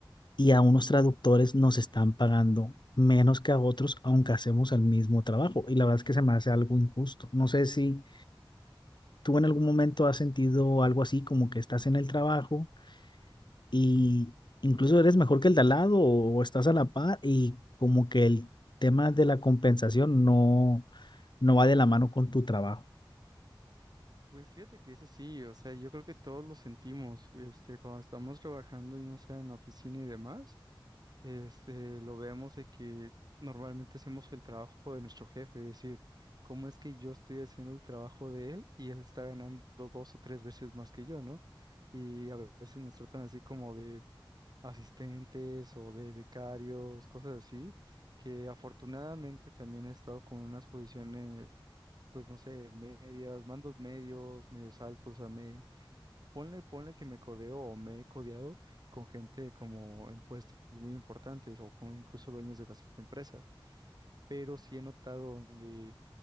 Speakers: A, on the left; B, on the right.
A: y a unos traductores nos están pagando menos que a otros, aunque hacemos el mismo trabajo. Y la verdad es que se me hace algo injusto. No sé si tú en algún momento has sentido algo así, como que estás en el trabajo y incluso eres mejor que el de al lado o estás a la par y como que el tema de la compensación no, no va de la mano con tu trabajo.
B: Pues fíjate que eso sí, o sea, yo creo que todos lo sentimos, este, cuando estamos trabajando, y no sé, en la oficina y demás, este, lo vemos de que normalmente hacemos el trabajo de nuestro jefe, es decir, ¿cómo es que yo estoy haciendo el trabajo de él y él está ganando dos o tres veces más que yo, ¿no? Y a veces nos tratan así como de asistentes o de becarios, cosas así, que afortunadamente también he estado con unas posiciones, pues no sé, medias, mandos medios, medios altos, a me, ponle, ponle que me codeo o me he codeado con gente como en puestos muy importantes o con incluso dueños de las empresas, pero sí he notado donde